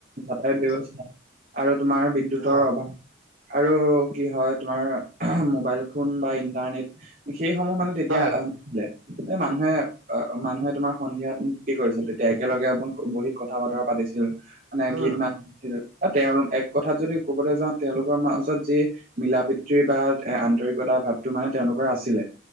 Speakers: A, on the right (about 45°); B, on the right (about 80°).
A: যাতায়াত ব্যৱস্থা আৰু তোমাৰ বিদ্যুতৰ
B: অ',
A: অভাৱ আৰু কি হয় তোমাৰ মোবাইল ফোন বা ইন্টাৰনেট সেইসমূহ মানে তেতিয়া
B: হয়,
A: নহলে এই মানুহে অ, মানুহে তোমাৰ সন্ধিয়াত কি কৰিছিল তেতিয়া একেলগে <unintelligible> বহি কথা-বতৰা পাতিছিল। মানে
B: উম,
A: ঘিত মাত সেইটো বা তেওঁল এক কথাত যদি ক'বলে যাওঁ তেওঁলোকৰ মাজত যি মিলা পিতৃৰ বা এ আন্তৰিকতা ভাৱটো মানে তেওঁলোকৰ আছিলে